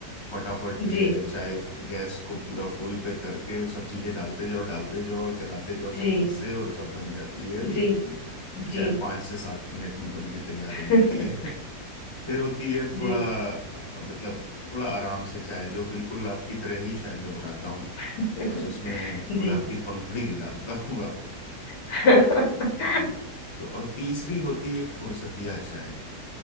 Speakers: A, on the left (about 20°); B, on the left (about 85°).
A: फटाफट
B: जी
A: ग- चाय गैस को पूरा फुल पे करके और सब चीज़ें डालते जाओ डालते जाओ चलाते जाओ चम्मच
B: जी
A: से और सब बन जाती है
B: जी
A: ये चाय
B: जी
A: पाँच से सात मिनट में बन के तैयार हो जाती
B: <laughs>
A: है फिर होती है
B: जी
A: थोड़ा अ, मतलब थोड़ा आराम से चाय जो बिल्कुल आपकी तरह ही शायद मैं बनाता हूँ
B: <laughs>
A: बस उसमें
B: जी
A: गुलाब की पंखुड़ी नहीं डालता हूँ आप
B: <laughs>
A: हम्म। तो और तीसरी होती है एक फुरसतिया चाय